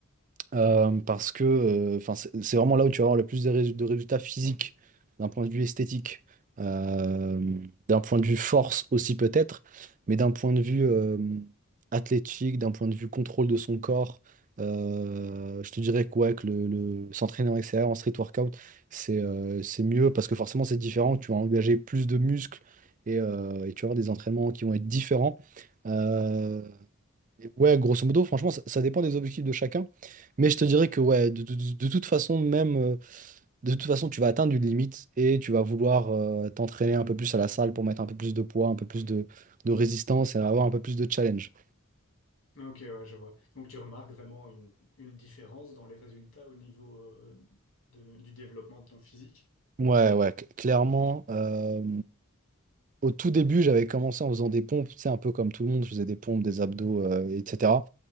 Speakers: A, on the right; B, on the left.
A: Euh, parce que euh, enfin, c'est c'est vraiment là où tu vas avoir le plus de, résu- de résultats physiques, d'un point de vue esthétique, euh, d'un point de vue force aussi peut-être, mais d'un point de vue euh, athlétique, d'un point de vue contrôle de son corps, euh, je te dirais que, ouais, que le, le- s'entraîner en extérieur, en street workout, c'est euh, c'est mieux parce que forcément c'est différent, tu vas engager plus de muscles et, euh, et tu vas avoir des entraînements qui vont être différents. Euh, et Ouais, grosso modo, franchement, ça, ça dépend des objectifs de chacun. Mais je te dirais que ouais, de, de- de- de toute façon, même euh, de toute façon, tu vas atteindre une limite et tu vas vouloir euh, t'entraîner un peu plus à la salle pour mettre un peu plus de poids, un peu plus de, de résistance et avoir un peu plus de challenge.
B: Ok, ouais, je vois. Donc tu remarques vraiment une, une différence dans les résultats au niveau euh, de- du développement de ton physique?
A: Ouais, ouais, cl- clairement. euh, au tout début, j'avais commencé en faisant des pompes, tu sais, un peu comme tout le monde, je faisais des pompes, des abdos, euh, etc.